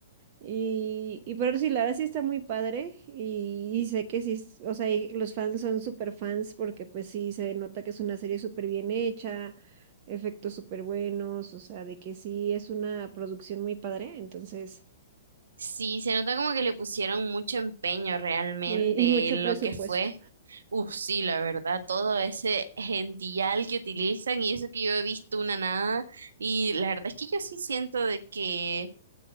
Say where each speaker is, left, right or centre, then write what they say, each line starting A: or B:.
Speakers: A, on the right (about 40°); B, on the right (about 65°).
A: Y, y pero sí, la verdad sí está muy padre. Y, y sé que sí, es- o sea, y los fans son súper fans porque pues sí se nota que es una serie súper bien hecha, efectos súper buenos, o sea, de que sí es una producción muy padre, entonces,
B: Sí, se nota como que le pusieron mucho empeño realmente
A: sí, y mucho
B: en
A: presupuesto.
B: lo que fue. Uf, sí, la verdad, todo ese gentillal que utilizan y eso que yo he visto una nada. Y la verdad es que yo sí siento de que,